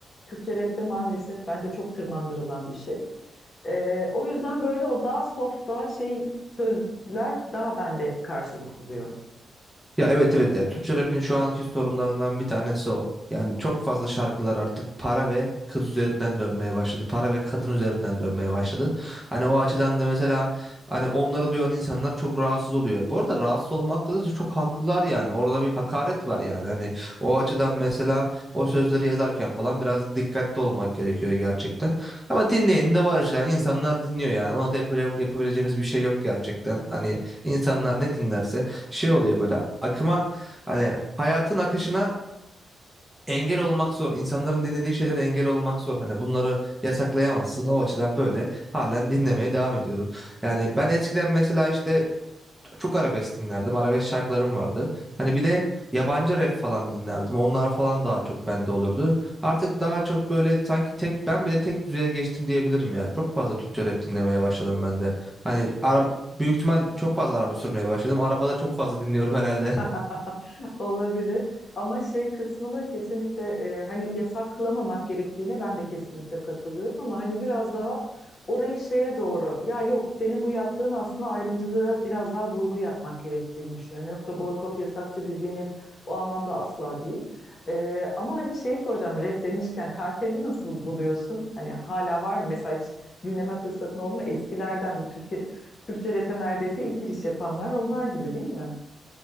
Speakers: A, on the left; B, in the centre.
A: Türkçe rapte maalesef bence çok tırmandırılan bir şey. E, o yüzden böyle o daha soft daha şey sözler daha bende karşılık buluyor.
B: Ya evet evet ya Türkçe rap'in şu anki sorunlarından bir tanesi o. Yani çok fazla şarkılar artık para ve kız üzerinden dönmeye başladı. Para ve kadın üzerinden dönmeye başladı. Hani o açıdan da mesela hani onları duyan insanlar çok rahatsız oluyor. Bu arada rahatsız olmakta da çok haklılar yani. Orada bir hakaret var yani. Hani o açıdan mesela o sözleri yazarken falan biraz dikkatli olmak gerekiyor gerçekten. Ama dinleyen de var ya. İnsanlar dinliyor yani. Ona da yapacağım, yapabileceğimiz bir şey yok gerçekten. Hani insanlar ne dinlerse şey oluyor böyle akıma hani hayatın akışına engel olmak zor. İnsanların dinlediği şeylere engel olmak zor. Hani bunları yasaklayamazsın. O açıdan böyle halen dinlemeye devam ediyoruz. Yani ben eskiden mesela işte çok arabesk dinlerdim. Arabesk şarkılarım vardı. Hani bir de yabancı rap falan dinlerdim. Onlar falan daha çok bende olurdu. Artık daha çok böyle sanki tek ben bile tek düzeye geçtim diyebilirim ya. Çok fazla Türkçe rap dinlemeye başladım ben de. Hani araba büyük ihtimal çok fazla araba sürmeye başladım. Arabada çok fazla dinliyorum herhalde.
A: <laughs> Olabilir. Ama şey kısmına kesinlikle e, hani yasaklamamak gerektiğine ben de kesinlikle katılıyorum ama hani biraz daha orayı şeye doğru ya yok senin bu yaptığın aslında ayrımcılığa biraz daha vurgu yapmak gerektiğini düşünüyorum. Yoksa boykot yasakçı bir zihniyet o anlamda asla değil. E, ama hani şeyi soracağım rap demişken karteli nasıl buluyorsun? Hani hala var mı? Mesela hiç dinleme fırsatın oldu mu? Eskilerden bu Türkiye, Türkçe rap'e neredeyse ilk giriş yapanlar onlar gibi değil mi?